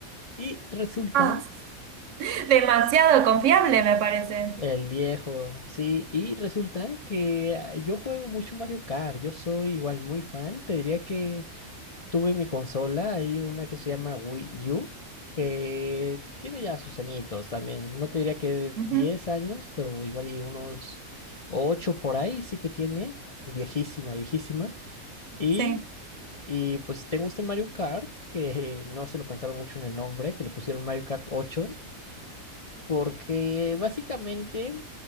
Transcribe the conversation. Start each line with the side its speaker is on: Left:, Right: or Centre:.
Left: Y resulta,
Right: Ah, demasiado confiable me parece.
Left: el viejo, sí, y resulta que ah, yo juego mucho Mario Kart, yo soy igual muy fan, te diría que tuve mi consola, hay una que se llama Wii U, que tiene ya sus añitos también, no te diría que
Right: Ujú,
Left: 10 años, pero igual y unos 8 por ahí sí que tiene, viejísima, viejísima, y,
Right: Sí,
Left: y pues tengo este Mario Kart, que <laughs> no se lo pensaron mucho en el nombre, que le pusieron Mario Kart ocho porque básicamente...